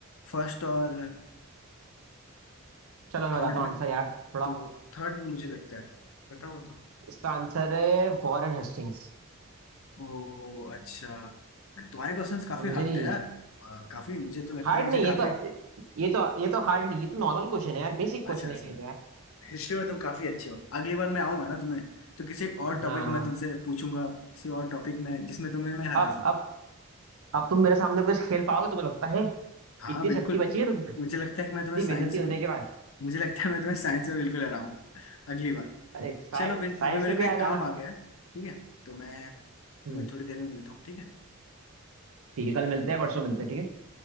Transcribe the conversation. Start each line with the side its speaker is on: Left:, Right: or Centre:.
Left: फर्स्ट और
Right: चलो मैं
Left: थर्ड
Right: बताता
Left: में
Right: हूँ आंसर यार थोड़ा
Left: तो थर्ड में मुझे लगता है बताओ तो
Right: इसका आंसर है वॉरेन हेस्टिंग्स
Left: ओ अच्छा तुम्हारे क्वेश्चंस काफी
Right: समझे
Left: हार्ड थे यार आ, काफी मुझे तो लगता
Right: हार्ड
Left: है मुझे
Right: नहीं
Left: काफी
Right: ये तो ये तो ये तो हार्ड नहीं ये तो नॉर्मल क्वेश्चन है यार बेसिक
Left: अच्छा
Right: क्वेश्चन
Left: अच्छा
Right: है ये तो यार
Left: हिस्ट्री में तुम काफी अच्छे हो अगली बार मैं आऊंगा ना तुम्हें तो किसी और टॉपिक
Right: हाँ
Left: में तुमसे पूछूंगा किसी और टॉपिक में जिसमें तुम्हें मैं हरा
Right: अब
Left: सकूं
Right: अब अब तुम मेरे सामने कुछ खेल पाओगे तुम्हें लगता है
Left: हाँ
Right: इतनी
Left: बिल्कुल
Right: शक्ति बची है तुम में
Left: मुझे लगता है कि मैं
Right: इतनी
Left: तुम्हें साइंस
Right: बेइज्जती होने
Left: में
Right: के बाद
Left: मुझे लगता है मैं तुम्हें साइंस में बिल्कुल हराऊंगा अगली बार
Right: अरे साइ,
Left: चलो फिर
Right: साइंस
Left: अभी मेरे
Right: में
Left: को
Right: भी
Left: एक
Right: आ जाना
Left: काम आ गया है ठीक है तो मैं
Right: हम्म
Left: तुम्हें थोड़ी देर में मिलता हूँ ठीक है
Right: ठीक है कल मिलते हैं परसों मिलते हैं ठीक है